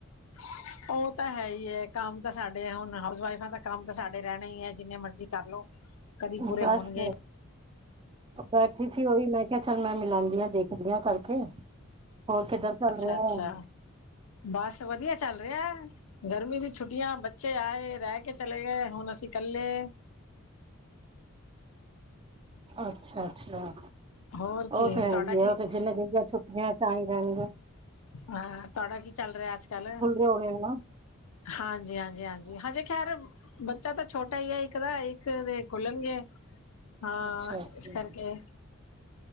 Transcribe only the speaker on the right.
ਹੈ
ਬਸ
ਬੈਠੀ ਸੀ ਉਹੀ ਮੈਂ ਕਿਆ ਚੱਲ ਮੈਂ ਮਿਲਾਂਦੀ ਆ ਦੇਖਦੀ ਆ ਕਰਕੇ। ਹੋਰ ਕਿੱਧਰ ਚੱਲ
ਰਿਹਾ ਹੈ
ਅੱਛਾ-ਅੱਛਾ,
ਉਹ
ਤੇ ਹੈਈ
ਐ, ਉਹ ਤੇ ਜਿੰਨੇ ਦਿਨ ਦੀਆ ਛੁੱਟੀਆਂ ਤਾਂ ਈ ਰਹਿਣਗੇ।
ਹੋ ਗਿਆ।
ਅੱਛਾ ਅੱਛਾ